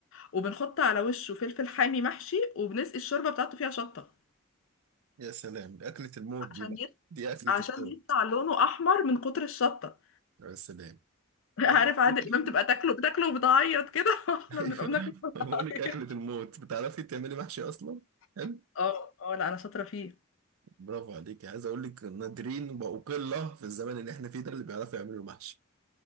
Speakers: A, on the left; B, on the right.
A: وبنحط على وشه فلفل حامي محشي وبنسقي الشوربه بتاعته فيها شطه
B: يا سلام دي اكلة الموت
A: عشان
B: دي بقى
A: يط...
B: دي اكلة
A: عشان
B: الموت
A: يطلع لونه احمر من كتر الشطه
B: يا سلام
A: <laughs> عارف
B: <laughs>
A: عادل امام تبقى تاكله بتاكله وبتعيط كده <laughs> احنا
B: ايوه
A: بنبقى بناكله وبنعيط
B: بقول لك اكلة الموت بتعرفي تعملي محشي اصلا حلو
A: <laughs> اه اه لا انا شاطره فيه
B: برافو عليك عايز اقول لك نادرين بقوا قله في الزمن اللي احنا فيه ده اللي بيعرفوا يعملوا محشي